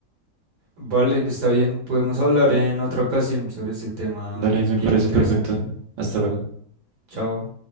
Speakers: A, on the right (about 65°); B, on the right (about 85°).
A: Vale, está bien, podemos hablar en otra ocasión sobre este tema
B: Dale,
A: que es
B: me
A: bien
B: parece
A: interesante.
B: perfecto. Hasta luego.
A: Chao.